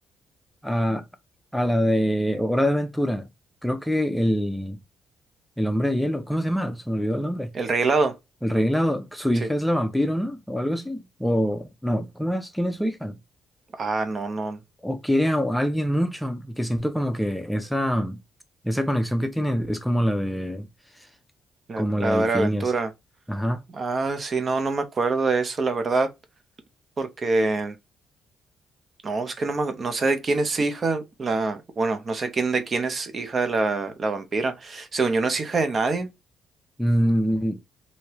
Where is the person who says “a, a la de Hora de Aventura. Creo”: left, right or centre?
Centre